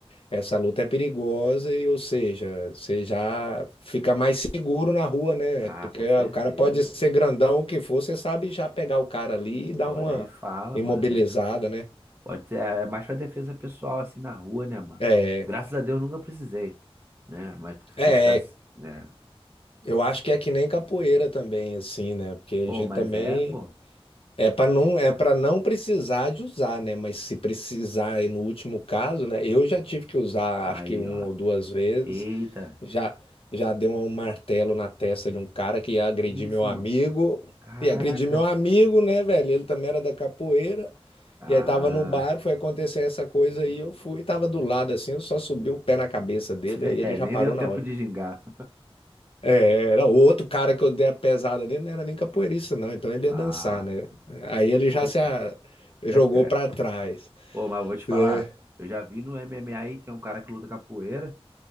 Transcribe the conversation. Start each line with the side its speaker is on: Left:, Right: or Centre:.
Left: essa luta é perigosa e, ou seja, você já fica mais seguro na rua, né?
Right: Ah,
Left: Porque
Right: tá, com certeza.
Left: o cara pode ser grandão o que for, você sabe já pegar o cara ali e dar
Right: Ô,
Left: uma
Right: nem fala,
Left: imobilizada,
Right: mano. né?
Left: né?
Right: Pode ser, é mais pra defesa pessoal, assim, na rua, né, mano?
Left: É,
Right: Graças a Deus nunca precisei, né? Mas
Left: é,
Right: está, né?
Left: eu acho que é que nem capoeira também, assim, né? Porque a
Right: Ô,
Left: gente
Right: mas
Left: também
Right: é, pô.
Left: É para não, é para não precisar de usar, né? Mas se precisar, e no último caso, né? Eu já tive que usar, acho
Right: Aí,
Left: que uma
Right: ó.
Left: ou duas vezes.
Right: Eita,
Left: Já, já deu um martelo na testa de um cara que ia agredir
Right: que isso,
Left: meu amigo.
Right: mano? Caraca.
Left: E agredir meu amigo, né, velho? Ele também era da capoeira.
Right: Ah,
Left: E aí tava no bar, foi acontecer essa coisa aí. Eu fui, tava do lado assim, eu só subi o pé na cabeça dele.
Right: <laughs>
Left: Aí ele
Right: é,
Left: já
Right: nem
Left: parou
Right: deu tempo
Left: na hora.
Right: de gingar.
Left: É, era outro cara que eu dei a pesada dele, não era nem capoeirista, não. Então ele ia
Right: Ah,
Left: dançar, né? Aí ele
Right: pô,
Left: já se a- jogou
Right: é.
Left: pra trás,
Right: Pô, mas eu vou te falar,
Left: né?
Right: eu já vi no MMA aí, tem um cara que luta capoeira